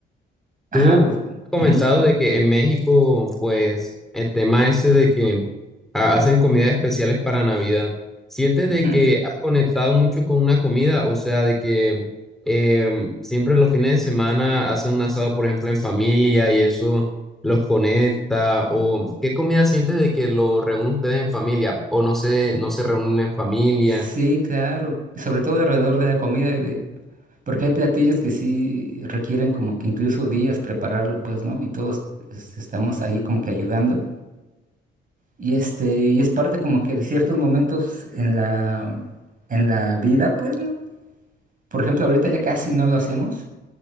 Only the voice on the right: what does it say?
Ajá,
pues,
ujú,
ujú.
Sí, claro. Y sobre todo alrededor de la comida y de... Porque hay platillos que sí requieren como que incluso días prepararlo, pues, ¿no? Y todos es- estamos ahí como que ayudando. Y este, y es parte como que de ciertos momentos en la, en la vida, pues, ¿no? Por ejemplo, ahorita ya casi no lo hacemos,